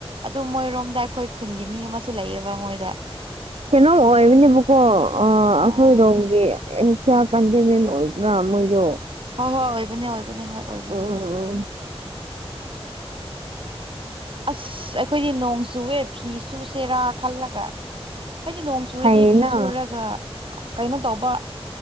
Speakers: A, on the right (about 55°); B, on the right (about 70°).
A: ꯑꯗꯨ ꯃꯣꯏꯔꯣꯝꯗ ꯑꯩꯈꯣꯏ ꯈꯨꯟꯒꯤ ꯃꯤ ꯑꯃꯁꯨ ꯂꯩꯌꯦꯕ ꯃꯣꯏꯗ
B: ꯀꯩꯅꯣꯝ ꯑꯣꯏꯕꯅꯦꯕꯀꯣ ꯑ ꯑꯩꯈꯣꯏꯔꯣꯝꯒꯤ
A: ꯑꯥ
B: ꯁꯕꯀꯟꯇꯤꯅꯦꯟꯇ ꯑꯣꯏꯕ꯭ꯔꯥ ꯃꯣꯏꯗꯣ
A: ꯍꯣꯏ ꯍꯣꯏ ꯑꯣꯏꯕꯅꯦ ꯑꯣꯏꯕꯅꯦ ꯍꯣꯏ ꯑꯣꯏꯕꯅꯦ
B: ꯎꯝ
A: ꯑꯁ ꯑꯩꯈꯣꯏꯗꯤ ꯅꯣꯡ ꯆꯨꯋꯦ ꯐꯤ ꯆꯨꯁꯦꯔꯥ ꯈꯜꯂꯒ ꯑꯩꯗꯤ ꯅꯣꯡ ꯆꯨꯔꯗꯤ
B: ꯐꯩꯌꯦꯅ
A: ꯐꯤ ꯁꯨꯔꯒ ꯑ ꯀꯩꯅꯣ ꯇꯧꯕ